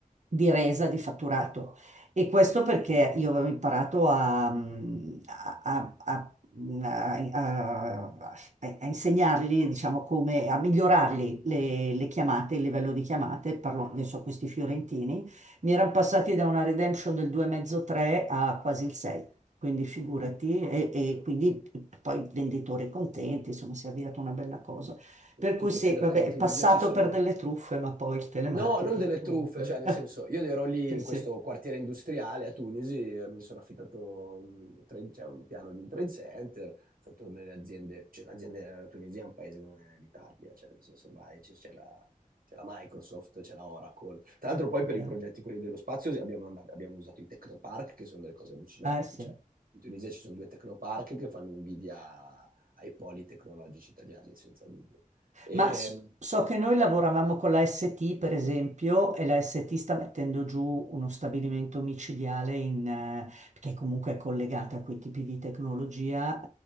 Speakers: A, on the right; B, on the right.
A: di resa di fatturato. E questo perché io avevo imparato a, a- a- a mh, a, a- a insegnargli, diciamo, come a migliorargli le, le
B: Sì,
A: chiamate, il livello di chiamate.
B: sì.
A: Parlo adesso a questi fiorentini. Mi erano passati da una redemption del 2,5-3 a quasi il 6. Quindi figurati,
B: Mm,
A: e, e
B: sì.
A: quindi poi i venditori contenti, insomma, si è avviata una bella cosa.
B: sì.
A: Per cui
B: Tu considera
A: sì, vabbè,
B: che in
A: è
B: Tunisia
A: passato
B: ci sono
A: per delle truffe, ma poi il telemarketing
B: No, non delle
A: comunque.
B: truffe, cioè nel
A: <laughs>
B: senso, io ero lì
A: Sì,
B: in
A: sì,
B: questo
A: è
B: quartiere industriale a Tunisi, eh, mi sono affittato un, trade- cioè, un piano di un trade center, sono stato nelle aziende, cioè l'azienda la Tunisia è un paese come l'Italia, cioè nel senso vai, c- c'è la, c'è la Microsoft, c'è la Oracle. Tra l'altro poi per
A: chiaro.
B: i progetti quelli dello spazio sì, abbiamo, and- abbiamo usato i Tecnopark, che sono delle cose allucinanti,
A: Ah, sì.
B: cioè in Tunisia ci sono due Tecnopark che fanno invidia ai poli tecnologici italiani, senza dubbio. E,
A: Ma s- so che noi lavoravamo con la ST, per esempio, e la ST sta mettendo giù uno stabilimento micidiale in, eh, che comunque è collegata a quei tipi di tecnologia,